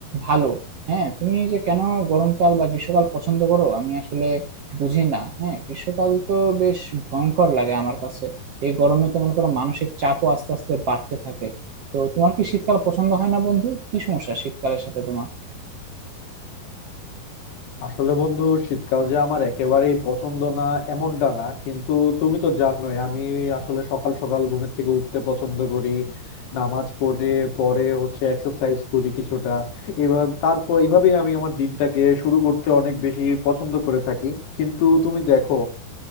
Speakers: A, on the right (about 60°); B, on the left (about 80°).
A: ভালো হ্যাঁ তুমি যে কেন গরমকাল বা গ্রীষ্মকাল পছন্দ করো আমি আসলে বুঝি না হ্যাঁ গ্রীষ্মকাল তো বেশ ভয়ঙ্কর লাগে আমার কাছে এই গরমে তো মনে করো মানসিক চাপও আস্তে আস্তে বাড়তে থাকে তো তোমার কি শীতকাল পছন্দ হয় না বন্ধু কি সমস্যা শীতকালের সাথে তোমার
B: আসলে বন্ধু শীতকাল যে আমার একেবারেই পছন্দ না এমনটা না কিন্তু তুমি তো জানোই আমি আসলে সকাল সকাল ঘুমের থেকে উঠতে পছন্দ করি নামাজ পড়ে পরে হচ্ছে এক্সারসাইজ করি কিছুটা এবার তারপর এইভাবেই আমি আমার দিনটাকে শুরু করতে অনেক বেশি পছন্দ করে থাকি কিন্তু তুমি দেখো